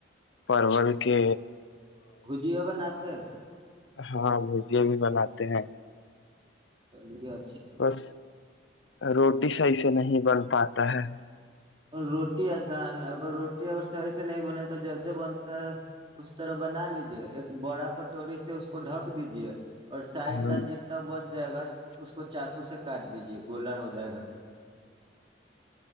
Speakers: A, on the left; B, on the right.
A: پرول کہ
B: بھجیو بناتے
A: ہاں بھجے بھی بناتے ہیں
B: چلیےھا
A: بس روٹی صحیح سے نہیں بن پاتا ہے
B: روٹی آسان ہے اگر روٹی اگر صحیح سے نہیں بنے تو جیسے بنتا ہے اس طرح بنا لیجیے ایک بڑا کٹوری سے اس کو ڈھک دیجیے اور سائڈ
A: ہ
B: کا جتنا بچ جائے گا اس کو چاقو سے کاٹ دیجیے گولر ہو جائے گا